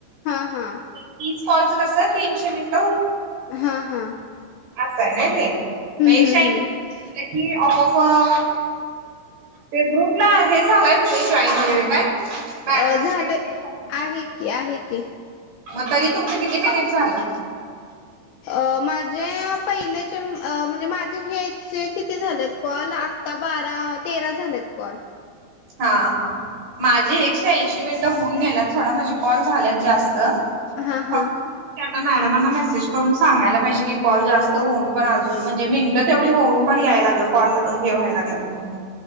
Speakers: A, on the left (about 80°); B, on the right (about 55°).
A: हा हा
B: तीज कॉलचं कसं तीनशे मिनिटं
A: हा हा
B: अस आहे नाही ते
A: हम्म
B: मग एक
A: हम्म
B: शा
A: हम्म
B: झा कि ऑफऑफ ते ग्रुपला हे झालाय तुम्ही जॉईन वगैरे काय मॅडमांनी
A: अ झालं
B: ते ते पाठवलं.
A: आहे की आहे की
B: मग तरी तुमचं किती मेनट झालं
A: अ माझे पहिलेचे म्हणजे माझे हेचे किती झालेत कॉल आता बारा तेरा झालेत कॉल
B: हा हा माझी एकशे ऐंशी मिनिटं होऊन गेलात थोडा माझे कॉल झालेत जास्त
A: हा हा
B: ह ते आता मॅडमांना मेसेज करून सांगायला पाहिजे की कॉल जास्त होऊन पण अजून म्हणजे मिनटं तेवढी होऊन पण यायला लागलं कॉल हे व्हायला लागलंत म्हणून